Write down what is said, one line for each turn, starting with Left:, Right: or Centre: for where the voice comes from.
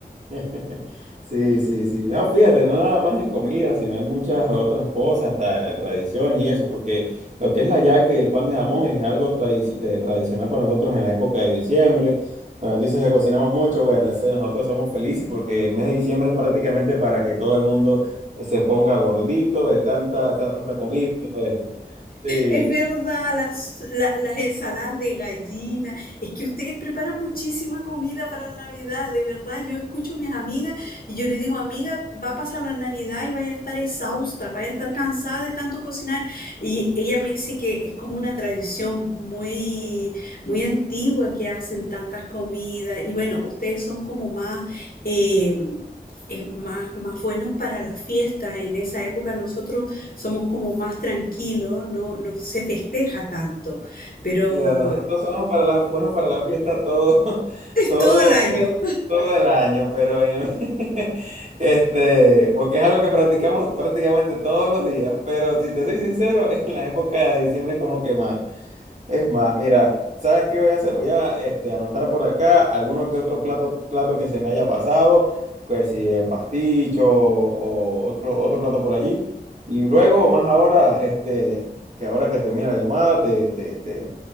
Right: <laughs> Sí, sí, sí. No, fíjate, no nada más en comida, sino en muchas otras cosas, hasta tradiciones y eso, porque lo que es la yaca y el pan de jamón es algo tradici- de- tradicional para nosotros en la época de diciembre. Cuando tú dices que cocinamos mucho, bueno, ese- nosotros somos felices porque el mes de diciembre es prácticamente para que todo el mundo eh, se ponga gordito de tanta, tanta comida. <laughs> y todo eso. Sí,
Left: Es verdad, las, la- las ensaladas de gallina. Es que ustedes preparan muchísima comida para la Navidad. De verdad, yo escucho a mis amigas y yo le digo, amiga, va a pasar la Navidad y vaya a estar exhausta, vaya a estar cansada de tanto cocinar. Y ella me dice que es como una tradición muy, muy antigua que hacen tantas comidas. Y bueno, ustedes son como más... eh, eh, más, más buenos para la fiesta. En esa época nosotros somos como más tranquilos, no, no se festeja tanto, pero
Right: Mira, nosotros
Left: es
Right: somos para la, buenos para la fiesta todo, <laughs> todo,
Left: todo el año.
Right: todo el año, pero en el- <laughs> este, porque es algo que practicamos prácticamente todos los días, pero si te soy sincero, <laughs> en la época de diciembre como que más. Es más, mira, ¿sabes qué voy a hacer? Voy a este, anotar por acá alguno que otro plato, plato que se me haya pasado, que si el pasticho o, otro, otro plato por allí. Y luego, más ahora, este, que ahora que termina la llamada, te, te, te-